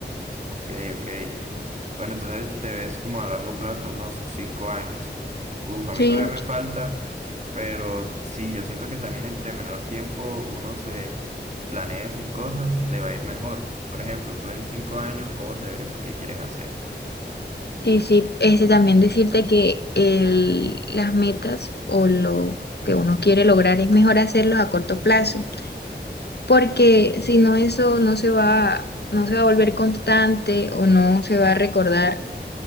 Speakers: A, on the right; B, on the left.
A: Ok, ok. Bueno, entonces te ves como a largo plazo, unos cinco años. Uf, a
B: Sí,
A: mí todavía me falta, pero sí, yo siento que también entre menor tiempo uno se planee sus cosas, le va a ir mejor. Por ejemplo, tú en cinco años, ¿cómo te ves o qué quieres hacer?
B: sí, sí. Este, también decirte que el, las metas o lo que uno quiere lograr es mejor hacerlos a corto plazo porque si no eso no se va, no se va a volver constante o no se va a recordar